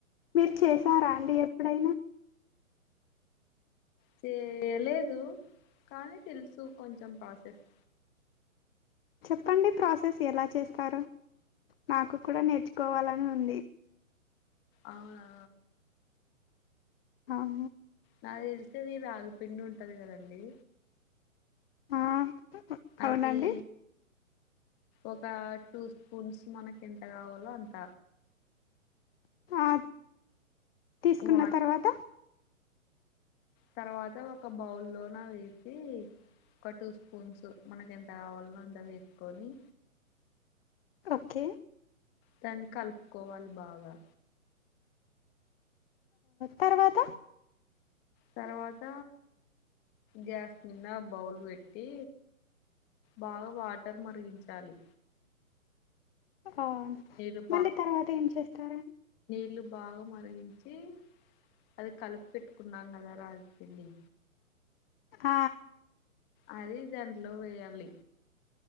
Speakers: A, on the left; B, on the left.
A: మీరు చేసారా అండి ఎప్పుడైనా
B: చేయలేదు కానీ తెలుసు కొంచెం ప్రసెస్
A: చెప్పండి ప్రాసెస్ ఎలా చేస్తారొ నాకు కూడా నేర్చుకోవాలని ఉంది
B: అవునా
A: అహ
B: నాకు తెలిసేది రాగుపిండి ఉంటది కదండీ
A: ఆ
B: అది
A: అవునండి
B: ఒక టూ స్పూన్స్ మనకి ఎంత కావాళ్ళో అంత
A: అ తీసుకున్న
B: వాట్
A: తర్వాత
B: తర్వాత ఒక బౌల్ లోన వేసి ఒక టూ స్పూన్స్ మనకి ఎంత కావాల్నో అంత వేసుకొని
A: ఓకే
B: దాన్ని కలుపుకోవాలి బాగా
A: తర్వాత
B: తర్వాత గ్యాస్ మిందా బౌల్ పెట్టి బాగా వాటర్ మరిగించాలి
A: అ
B: నీళ్ళు
A: మళ్ళీ తర్వాత ఏం చేస్తారా
B: నీల్లు బాగా మరిగించి అది కలిపి పెట్టుకున్నాం కదా రాగిపిండిని
A: అ
B: అది దాంట్లో వేయాలి